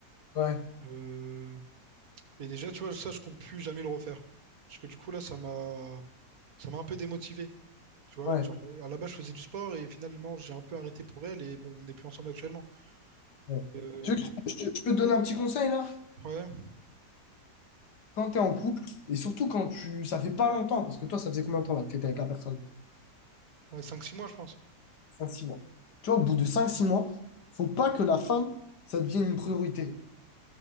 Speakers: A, on the left; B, on the right.
A: Ouais,
B: Euh, Et déjà, tu vois, ça, je compte plus jamais le refaire. Parce que du coup, là, ça m'a ça m'a un peu démotivé. Tu vois,
A: ouais,
B: genre, à la base, je faisais du sport et finalement, j'ai un peu arrêté pour elle et bon, on n'est plus ensemble actuellement.
A: ouais.
B: Euh,
A: Tu veux
B: donc,
A: que je, je- je peux te donner un petit conseil là?
B: ouais,
A: Quand tu es en couple, et surtout quand tu, ça fait pas longtemps, parce que toi, ça faisait combien de temps là que tu avec la personne?
B: ouais 5-6 mois, je pense.
A: cinq six mois. Tu vois, au bout de cinq six mois, faut pas que la femme, ça devienne une priorité.